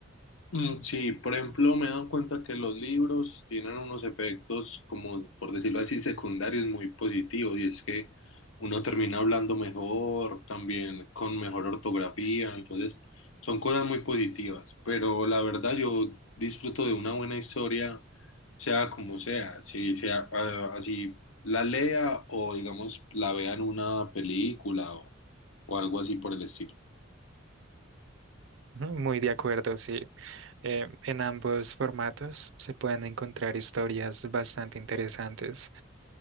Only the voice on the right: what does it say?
<laughs> Ujú, Muy de acuerdo, sí. Eh, en ambos formatos se pueden encontrar historias bastante interesantes.